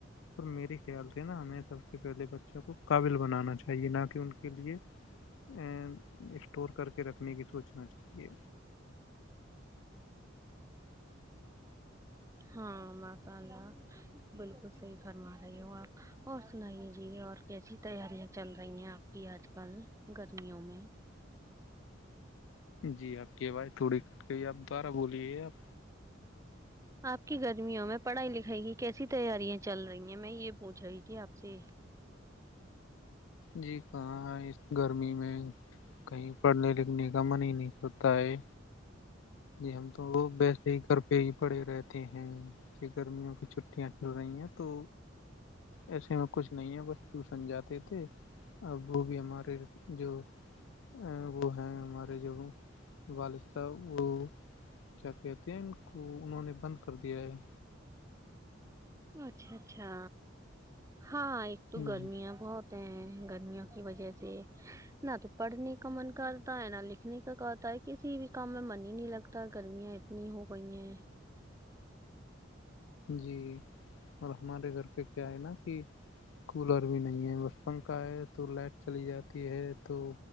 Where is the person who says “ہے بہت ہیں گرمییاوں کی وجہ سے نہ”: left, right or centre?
Right